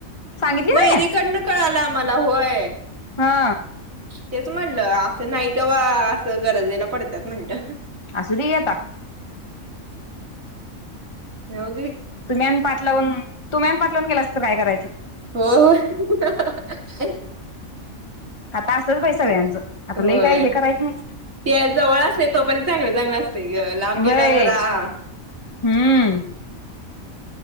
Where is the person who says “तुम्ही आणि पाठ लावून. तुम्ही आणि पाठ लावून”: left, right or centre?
Left